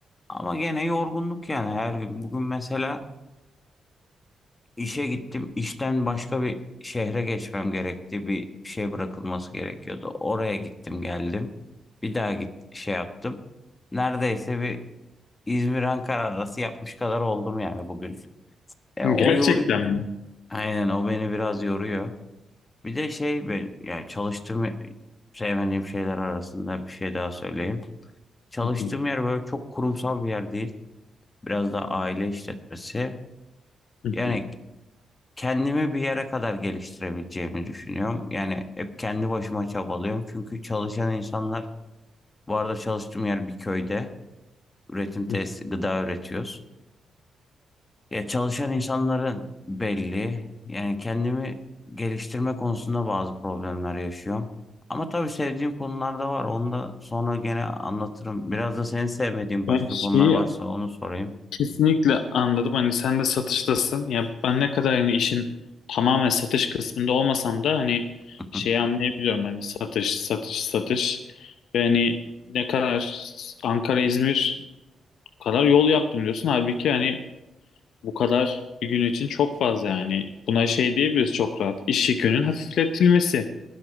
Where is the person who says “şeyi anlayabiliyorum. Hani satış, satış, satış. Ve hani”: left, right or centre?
Left